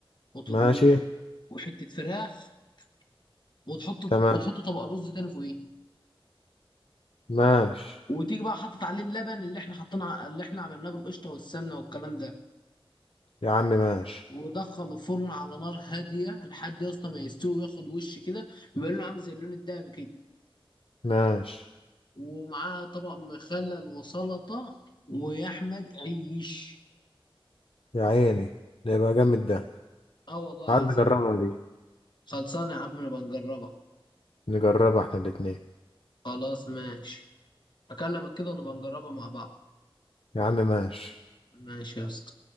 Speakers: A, on the left; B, on the left.
A: وط- و-
B: ماشي
A: وحته فراخ وتحط وتحط
B: تمام
A: طبق رز تاني فوقيه
B: ماشي
A: وتيجي بقى حاطط عليه اللبن اللي احنا حطينا ع- اللي احنا عملناه بالقشطه والسمنه والكلام ده
B: يا عم ماشي
A: ودخله الفرن على نار هاديه لحد يا اسطى ما يستوي وياخد وش كده يبقى لونه عامل زي اللون الدهبي كده
B: ماشي
A: ومعاه طبق مخلل وسلطه ويا احمد عيش
B: يا عيني ده يبقى جامد ده
A: اه والله
B: عايز
A: العظيم
B: نجربها دي
A: خلصانة يا عم نبقى نجربها
B: نجربها احنا الاتنين
A: خلاص ماشي هكلمك كده ونبقى نجربها مع بعض
B: يا عم ماشي
A: ماشي يا اسطى